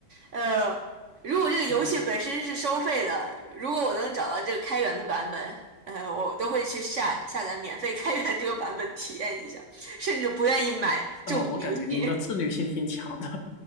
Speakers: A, on the right; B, on the left.
A: 呃，如果这个游戏本身是收费的，
B: 嗯，
A: 如果我能找到这个开源的版本，呃，我都会去下下载免费开源这个版本体验一下，甚至不愿意买正版游戏。
B: 哦，我感觉您的自律性挺强的。